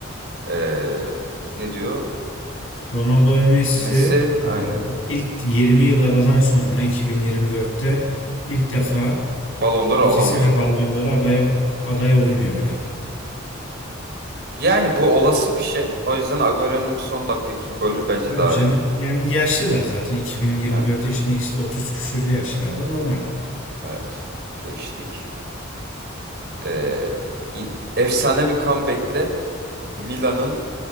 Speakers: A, on the right; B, on the left.
A: Ee, ne diyor?
B: Ronaldo ve Messi
A: Messi aynen.
B: e, ilk 20 yıl aradan sonra 2024'te ilk defa
A: Ballon d'Or alamıyorlar.
B: ikisi de Ballon d'Or'a aday, aday olmuyor bile.
A: Yani bu olası bir şey. O yüzden Agüero'nun son dakikadaki golü bence
B: Tabii
A: daha
B: canım.
A: iyi.
B: Yani yaşlılar zaten. 2024
A: Evet.
B: yaşında ikisi de 30 küsürlü yaşlarda normal.
A: Evet. Geçtik. Ee, i- efsane bir comeback'le Milan'ın